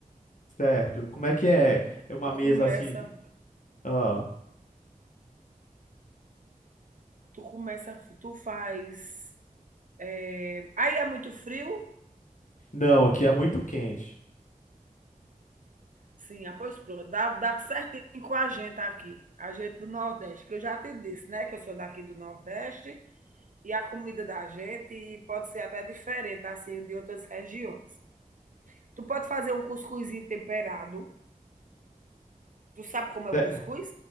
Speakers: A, on the left (about 60°); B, on the right (about 65°).
A: Certo. Como é que é? É uma
B: Tu
A: mesa
B: começa,
A: assim. de- Ah,
B: tu começa, tu faz. eh, Aí é muito frio?
A: não, aqui é muito quente.
B: Sim, ah, pois pronto, dá, dá certinho com a gente aqui, a gente do Nordeste, que eu já te disse, né, que eu sou daqui do Nordeste. e a comida da gente pode ser até diferente assim de outras regiões. Tu pode fazer um cuscuzinho temperado. Tu sabe como é
A: Ce-
B: o cuscuz?